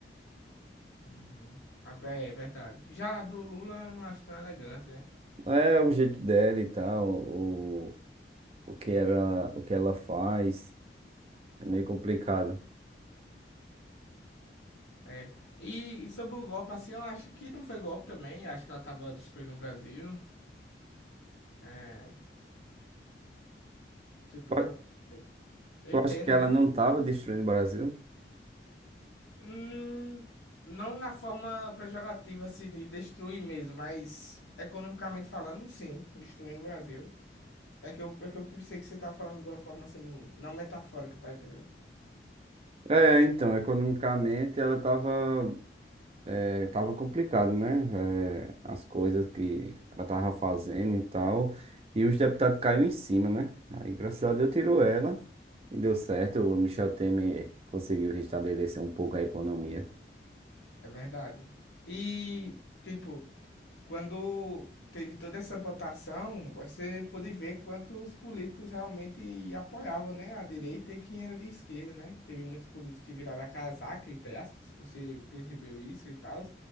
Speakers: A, on the left (about 90°); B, on the right (about 35°).
A: Uhum. Ah, É é verdade. Já a do Lula eu não acho tão elegante, né?
B: É o jeito dela e tal, o, o que ela, o que ela faz, é meio complicado.
A: É. E, e sobre o golpe, assim, eu acho que não foi golpe também. Eu acho que ela tava destruindo o Brasil. É, tipo,
B: Eu
A: eu, eu
B: eu
A: entendo,
B: acho que ela
A: né?
B: não tava destruindo o Brasil.
A: Hum, não na forma pejorativa, assim, de destruir mesmo, mas economicamente falando, sim, destruindo o Brasil. É que eu, é que eu pensei que você tá falando de uma forma assim, não metafórica, tá entendendo?
B: É, então, economicamente ela tava, é, tava complicado, né? É, as coisas que ela tava fazendo e tal. E os deputados caíram em cima, né? Aí, graças a Deus, tirou ela e deu certo. O Michel Temer conseguiu restabelecer um pouco a economia.
A: É verdade. E, tipo, quando teve toda essa votação, você pôde ver quantos políticos realmente apoiavam, né, a direita e quem era de esquerda, né? Teve muitos políticos que viraram a casaca, entre aspas. Você percebeu isso e tal?